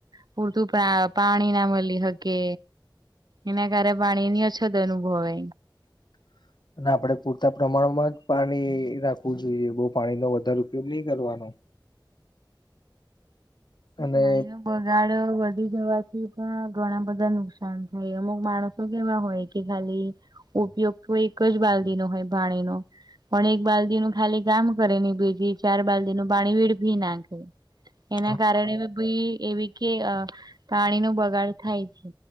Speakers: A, on the right; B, on the left.
A: પૂરતું પા પાણી ના મળી હકે. એના કારણે પાણી ની અછત અનુભવય
B: <unintelligible> અને આપડણે પૂરતા પ્રમાણમાં જ પાણી રાખવું જોઈએ બહુ પાણી નો વધારે ઉપયોગ નહી કરવાનો. અને
A: પાણી ન બ ગાડ વધી જવાથી પણ ઘણા બધા નુકસાન થાય અમુક માણસો કેવા હોય કે ખાલી. ઉપયોગ તો એક જ બાલ્દી નો હોય પાણી નો. પણ એક બાલ્દી નું ખાલી કામ કરે ને બીજી ચાર બાલદી નું પાણી વેડફી નાખે.
B: <unintelligible>
A: એના કારણે બી એવી કે અ પાણી નું બગાડ થાય છે.